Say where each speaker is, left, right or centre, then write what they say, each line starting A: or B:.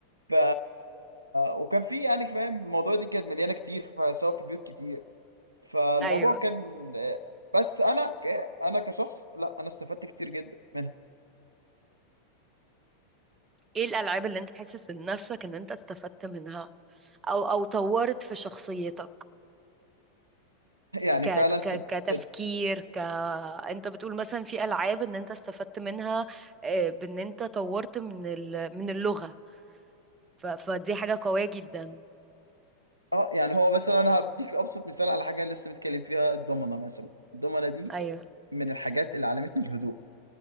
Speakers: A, on the right (about 85°); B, on the right (about 20°).
A: ف وكان في يعني فاهم الموضوع دي كانت مليانه كتير فسواء في بيوت كتير فالموضوع
B: ايوه
A: كان آه، بس انا ك... انا كشخص لا انا استفدت كتير جدا منها
B: ايه الالعاب اللي انت حاسس ان نفسك ان انت استفدت منها او او طورت في شخصيتك
A: <laughs> يعني
B: ك
A: فعلا
B: ك
A: في
B: كتفكير
A: في
B: ك انت بتقول مثلا في العاب ان انت استفدت منها آه، بان انت طورت من ال... من اللغة ف... فدي حاجة قوية جدا
A: اه يعني هو مثلا انا هديك ابسط مثال على حاجه لسه متكلم فيها الضمنه مثلا الضمنه دي
B: ايوه
A: من الحاجات اللي علمتني الهدوء